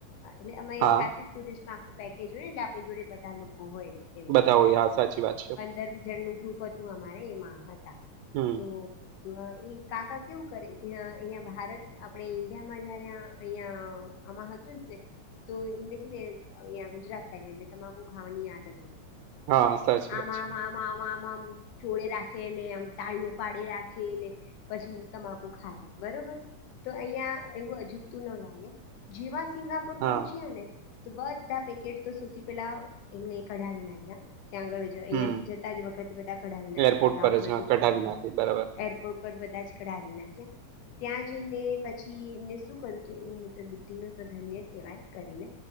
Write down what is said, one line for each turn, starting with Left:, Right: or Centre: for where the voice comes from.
Left: એટલે અમે
Right: હા
Left: સાથે ટુરિસ્ટમાં આખું પેકેજ હોય, એટલે આપણી જોડે બધા લોકો હોય, એમ
Right: બધા હોય હા સાચી વાત છે
Left: પંદર જણાનું ગ્રુપ હતું. તું અમારે એમાં હતા,
Right: હમ
Left: તો હ એ કાકા કેવું કરે અહિયાયા ભારત આપડ ઈન્ડિયામાં જયારે અહીંયા, આમાં હતું ને તો એમને છે, ને અ ગુજરાત થ એ તમાકું ખાવાની આદત હોય.
Right: હા સાચી
Left: આમાં
Right: વાત છે
Left: આમાં આમાં આમા, ચોળે રાખેને આમ તાળીઓ પાડે રાખેને પછી, તમાકુ ખાય બરોબર તો અહીંયા એવું અજુકતું ન લાગે, જેવા સિંગાપુર
Right: હા
Left: પહોંચીએ ને તો બધા પેકેટ તો સૌથી પેલા એમને કઢાવી નાખ્યા, ત્યાં આગળ જ અહિયાંથી
Right: હમ
Left: જતા જ વખતે બધા કઢાવી નાખે
Right: એરપોર્ટ
Left: અલાઉડ
Right: પર જ
Left: નથી
Right: હા કઢાવી
Left: કરીને
Right: નાખે
Left: એ
Right: બરાબર
Left: એરપોર્ટ પર બધા જ કઢાવી નાખ્યા. ત્યાં જઈને પછી એમને શું કરું તું એ બુદ્ધિ ન તો ધન્ય કેવાય કરીને.